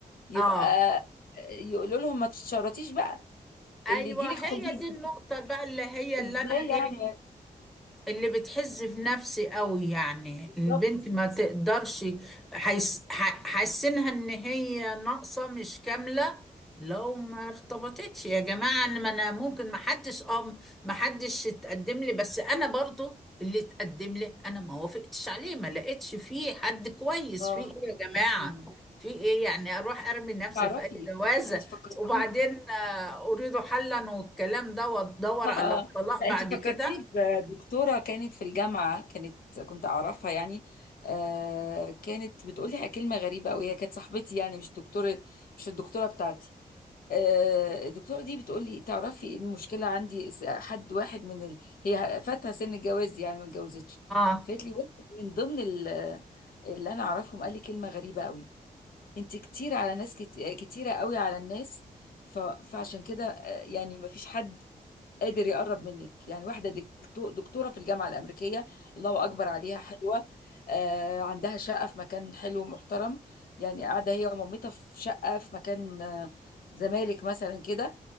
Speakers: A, on the left; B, in the centre.
A: يبقى
B: اه
A: آه، يقولوا لهم ما تتشرطيش بقى
B: ايوه
A: اللي يجيلك خديه
B: هي دي النقطة بقى اللي هي اللي
A: <laughs> ازاي
B: انا ايه
A: يعني
B: اللي بتحز في نفسي قوي يعني
A: بالظبط
B: البنت ما تقدرش حيس- ح- حاسينها ان هي ناقصة مش كاملة لو ما ارتبطتش يا جماعة ان ما انا ممكن ما حدش اه ما حدش اتقدم لي بس انا برضو اللي اتقدم لي انا ما وافقتش عليه ما لقيتش فيه حد كويس
A: اه
B: في ايه يا جماعة
A: مم.
B: في ايه يعني اروح ارمي نفسي
A: تعرفي
B: في اي جوازة
A: انت فكرتي
B: وبعدين آه، اريد حلا والكلام ده وادور
A: اه
B: على
A: اه
B: الطلاق
A: آه. لا
B: بعد
A: انت
B: كده
A: فكرتيني بدكتوره كانت في الجامعه كانت كنت اعرفها يعني آه كانت بتقول لي كلمه غريبه قوي هي كانت صاحبتي يعني مش دكتوره مش الدكتوره بتاعتي آه الدكتوره دي بتقول لي تعرفي إيه المشكله عندي س- حد واحد من ال... هي فاتها سن الجواز يعني ما اتجوزتش
B: اه
A: فقالت لي واحد من ضمن ال... اللي انا اعرفهم قال لي كلمه غريبه قوي انت كتير على ناس كت... كتيرة قوي على الناس ف... فعشان كده آه، يعني ما فيش حد قادر يقرب منك يعني واحدة دكتو... دكتورة في الجامعة الأمريكية الله أكبر عليها حلوة آه عندها شقة في مكان حلو ومحترم يعني قاعدة هي ومامتها في شقة في مكان آه، زمالك مثلا كده